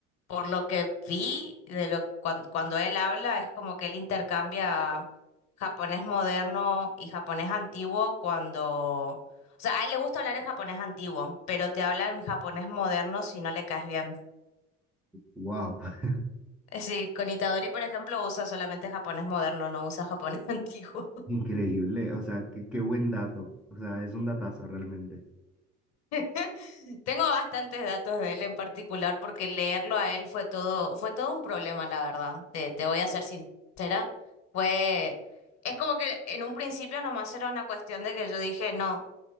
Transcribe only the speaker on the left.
por lo que vi de lo cuan- cuando él habla, es como que él intercambia japonés moderno y japonés antiguo cuando, o sea, a él le gusta hablar en japonés antiguo, pero te habla en japonés moderno si no le caes bien. <laughs>
Sí, con Itadori, por ejemplo, usa solamente japonés moderno, no usa japonés <laughs> antiguo.
<laughs> Tengo bastantes datos de él en particular porque leerlo a él fue todo, fue todo un problema, la verdad. Te, te voy a ser sincera. Fue, es como que en un principio nomás era una cuestión de que yo dije, no,